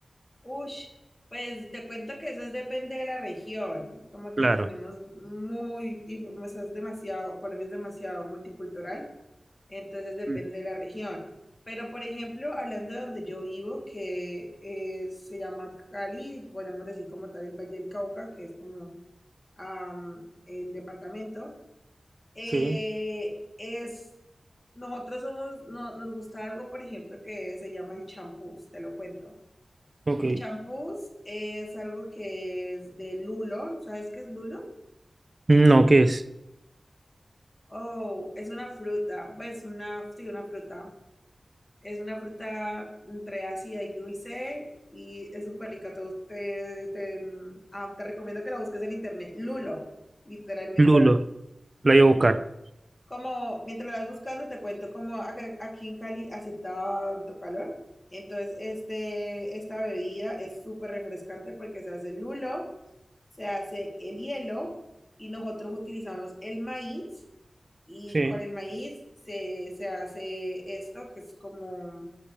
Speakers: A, on the left (about 25°); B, on the right (about 45°).
A: Ush, pues te cuento que eso es- depende de la región. Como que
B: Claro.
A: tenemos muy, dif- o sea, es demasiado, Colombia es demasiado multicultural, entonces depende
B: Mm.
A: de la región. Pero, por ejemplo, hablando de donde yo vivo, que eh, se llama Cali, podemos decir como tal el Valle del Cauca, que es como am, el departamento. eh,
B: Sí,
A: es, nosotros somos, no- nos gusta algo, por ejemplo, que se llama el champús, te lo cuento.
B: ok.
A: El champús es algo que es de lulo, ¿sabes qué es lulo?
B: No, ¿qué es?
A: Oh, es una fruta, pues una, sí, una fruta. Es una fruta entre ácida y dulce y es súper rica. Te, bus- te, te- mm, ah, te recomiendo que la busques en internet. Lulo, literalmente.
B: Lulo, la voy a buscar.
A: Como mientras lo vas buscando, te cuento como acá- aquí en Cali hace tanto calor. Entonces, este, esta bebida es súper refrescante porque se hace el lulo, se hace el hielo y nosotros utilizamos el maíz y
B: Sí.
A: con el maíz se, se hace esto que es como,